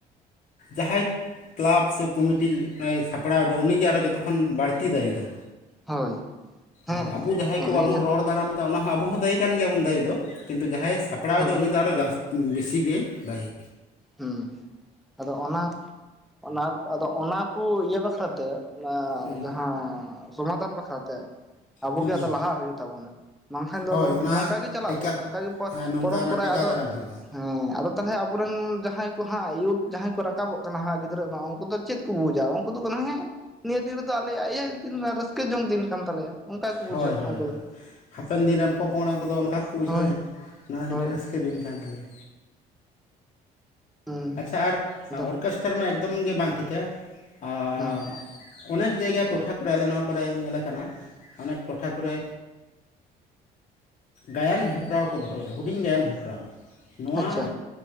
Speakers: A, on the left; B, in the centre.
A: ᱡᱟᱦᱟᱸᱭ᱾ ᱠᱞᱟᱵᱽ ᱥᱮ ᱠᱚᱢᱤᱴᱤ ᱥᱟᱯᱲᱟᱣ ᱮᱫᱟ ᱩᱱᱤᱜᱮ ᱟᱨᱚ ᱡᱚᱛᱚ ᱠᱷᱚᱱ ᱵᱟᱹᱲᱛᱤ ᱫᱟᱭᱤ ᱫᱚ᱾
B: ᱦᱳᱭ ᱦᱮᱸ
A: ᱟᱨ
B: ᱦᱮᱸ
A: ᱟᱵᱚ ᱡᱟᱦᱟᱸᱭ ᱠᱚ
B: ᱩᱱᱤ
A: ᱵᱟᱵᱚᱱ
B: ᱡᱚ
A: ᱨᱚᱲ ᱫᱟᱲᱟᱢ ᱚᱱᱟ ᱦᱚᱸᱚᱸ ᱟᱵᱚ ᱦᱚᱸ ᱫᱟᱹᱭᱤ ᱠᱟᱱ ᱜᱮᱭᱟ ᱵᱚᱱ ᱫᱟᱹᱭᱤ ᱫᱚ ᱠᱤᱱᱛᱩ ᱡᱟᱦᱟᱸᱭᱮ ᱥᱟᱯᱲᱟᱣ
B: ᱦᱮᱸ
A: ᱮᱫᱟ ᱩᱱᱤ ᱫᱚ ᱟᱨᱚ ᱡᱟᱥᱛᱤ᱾ ᱵᱮᱥᱤ ᱜᱮ ᱫᱟᱭᱤ᱾
B: ᱦᱩᱸ ᱟᱫᱚ ᱚᱱᱟ᱾ ᱚᱱᱟ ᱟᱫᱚ ᱚᱱᱟᱠᱩ ᱤᱭᱟᱹ ᱵᱟᱠᱷᱨᱟᱛᱮ ᱚᱱᱟ
A: ᱦᱩᱸ
B: ᱡᱟᱦᱟᱸ ᱥᱚᱢᱟᱫᱷᱟᱱ ᱵᱟᱠᱷᱨᱟ᱾ ᱛᱮ ᱟᱵᱚ
A: ᱦᱩᱸ
B: ᱜᱮ ᱞᱟᱦᱟᱜ ᱦᱩᱭᱩᱜ ᱛᱟᱵᱚᱱᱟ᱾ ᱵᱟᱝᱠᱷᱟᱱ ᱫᱚ
A: ᱦᱳᱭ
B: ᱟᱫᱚ
A: ᱚᱱᱟ
B: ᱱᱚᱝᱠᱟᱜᱮ ᱪᱟᱞᱟᱜ
A: ᱴᱮᱠᱟᱣ
B: ᱫᱚ ᱱᱚᱝᱠᱟᱜᱮ
A: ᱦᱮᱸ ᱱᱚᱝᱠᱟ
B: ᱯᱚᱨᱚᱢᱯᱚᱨᱟᱭ
A: ᱚᱱᱟ ᱴᱮᱠᱟᱣ
B: ᱟᱫᱚ᱾
A: ᱫᱟᱨᱟᱢ ᱦᱩᱭᱩᱜᱼᱟ
B: ᱦᱮᱸ ᱟᱫᱚ ᱛᱟᱦᱚᱞᱮ ᱟᱵᱚᱨᱮᱱ ᱡᱟᱦᱟᱸᱭ ᱠᱚ ᱦᱟᱸᱜ ᱤᱭᱩᱛ ᱡᱟᱦᱟᱸᱭ ᱠᱚ ᱨᱟᱠᱟᱵᱚᱜ ᱠᱟᱱᱟ ᱦᱟᱸᱜ ᱜᱤᱫᱽᱨᱟᱹ ᱠᱚ ᱩᱱᱠᱩ ᱫᱚ ᱪᱮᱫ ᱠᱚ ᱵᱩᱡᱟ ᱩᱱᱠᱩ ᱫᱚ ᱦᱮᱸ ᱱᱤᱭᱟᱹ ᱫᱤᱱ ᱨᱮᱫᱚ ᱟᱞᱮᱭᱟᱜ ᱨᱟᱹᱥᱠᱟᱹ ᱡᱚᱝ ᱫᱤᱱ ᱠᱟᱱ ᱛᱟᱞᱮᱭᱟ᱾ ᱚᱱᱠᱟ ᱜᱮᱠᱚ
A: ᱦᱳᱭ
B: ᱵᱩᱡᱷᱟᱹᱣᱟ
A: ᱦᱚᱭ
B: ᱩᱱᱠᱩ
A: ᱦᱚᱭ
B: ᱫᱚ
A: ᱦᱟᱯᱮᱱ ᱫᱤᱱ ᱨᱮᱱ ᱯᱚᱼᱯᱚᱝᱲᱟ ᱠᱚᱫᱚ ᱚᱱᱠᱟ ᱜᱮ ᱠᱚᱠᱚ ᱵᱩᱡᱷᱟᱹᱣ
B: ᱦᱳᱭ
A: ᱧᱟᱢᱟ ᱱᱚᱣᱟ ᱫᱚ
B: ᱦᱳᱭ
A: ᱢᱤᱫᱴᱮᱱ ᱨᱟᱹᱥᱠᱟᱹ ᱫᱤᱱ ᱠᱟᱱ ᱛᱟᱞᱮᱭᱟ
B: ᱦᱩᱸ
A: ᱟᱪᱪᱷᱟ ᱟᱨ ᱚᱨᱠᱮᱥ
B: ᱟᱫᱚ
A: ᱚᱨᱠᱮᱥᱴᱟᱨ ᱢᱟ ᱮᱠᱫᱚᱢ ᱜᱮ ᱵᱟᱝ ᱴᱷᱤᱠᱟ ᱟᱨ
B: ᱦᱮᱸ
A: ᱚᱱᱮᱠ ᱡᱟᱭᱜᱟ ᱴᱚᱴᱷᱟ ᱠᱚᱨᱮ ᱟᱞᱮ ᱱᱚᱣᱟ ᱠᱚᱨᱮ ᱧᱮᱞᱮ ᱠᱟᱱᱟ᱾ ᱚᱱᱮᱠ ᱴᱚᱴᱷᱟ ᱠᱚᱨᱮ ᱜᱟᱭᱟᱱ ᱦᱮᱯᱨᱟᱣ ᱠᱚ ᱫᱚᱦᱚᱭᱟ ᱦᱩᱰᱤᱧ ᱜᱟᱭᱟᱱ ᱦᱮᱯᱨᱟᱣ ᱱᱚᱣᱟ
B: ᱟᱪᱪᱷᱟ